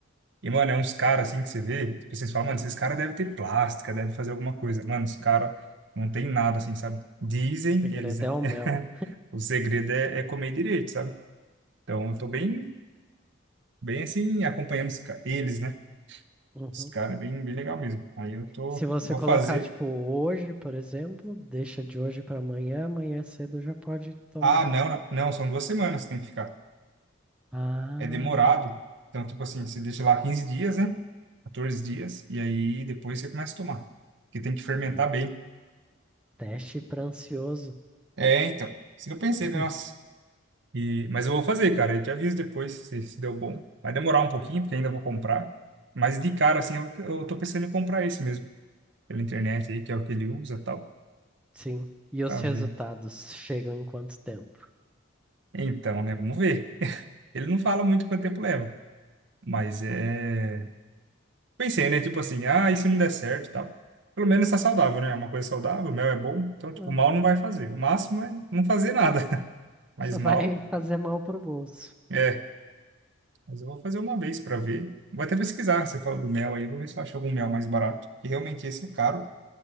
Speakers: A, on the right; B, in the centre.
A: E mano, é uns caras assim que você vê, tipo, vocês falam, mano, esses caras devem ter plástica, devem fazer alguma coisa. Mano, os caras não tem nada assim, sabe? Dizem
B: O segredo
A: eles, né?
B: é o
A: <laughs>
B: mel.
A: O segredo é, é comer direito, sabe? Então eu tô bem, bem assim acompanhando os ca- eles, né?
B: Uhum.
A: Os caras é bem, bem legal mesmo. Aí eu tô,
B: Se você
A: vou
B: colocar,
A: fazer
B: tipo, hoje, por exemplo, deixa de hoje para amanhã, amanhã cedo já pode tomar.
A: Ah, não, não, não, são duas semanas que tem que ficar.
B: Ah,
A: É demorado. Então, tipo assim, você deixa lá 15 dias, né? 14 dias, e aí depois você começa a tomar. Porque tem que fermentar
B: sei.
A: bem.
B: teste para ansioso.
A: É, então. Isso que eu pensei,
B: <laughs>
A: falei, nossa. E, mas eu vou fazer, cara. Eu te aviso depois se, se deu bom. Vai demorar um pouquinho, porque ainda vou comprar. Mas de cara, assim, eu, eu tô pensando em comprar esse mesmo. Pela internet aí, que é o que ele usa e tal.
B: Sim. E os
A: Pra ver.
B: resultados chegam em quanto tempo?
A: Então, né? Vamos ver. Ele não fala muito quanto tempo leva. Mas é. Pensei, né? Tipo assim, ah, e se não der certo e tal. Pelo menos tá saudável, né? É uma coisa saudável, mel é bom, então, tipo,
B: Não.
A: mal não vai fazer. O máximo é não fazer nada, <laughs> mas
B: Só
A: mal
B: vai fazer mal pro bolso.
A: é. Mas eu vou fazer uma vez pra ver. Vou até pesquisar, você falou do mel aí, vou ver se eu acho algum mel mais barato. Que realmente esse é caro,